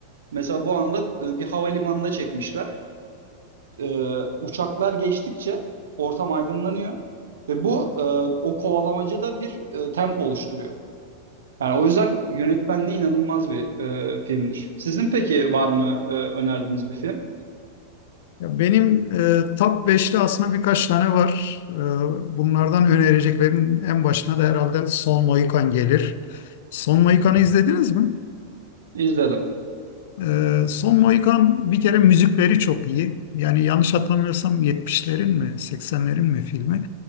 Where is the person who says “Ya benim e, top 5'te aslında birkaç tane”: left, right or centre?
Left